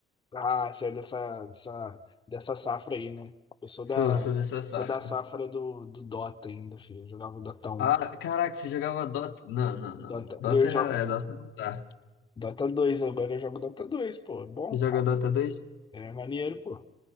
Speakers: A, on the left (about 25°); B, on the left (about 80°).
A: Ah, você é dessa, dessa, dessa safra aí, né? Eu sou
B: Sou,
A: da,
B: sou dessa safra.
A: sou da safra do, do Dota ainda, filho. Eu jogava o Dota 1.
B: Ah, caraca, você jogava Dota? Não, não, não.
A: Dota,
B: Dota
A: eu jogo
B: é, é Dota não dá.
A: Dota 2, agora eu jogo Dota 2, pô. É Bom,
B: Você joga
A: cara.
B: Dota dois?
A: É maneiro, pô.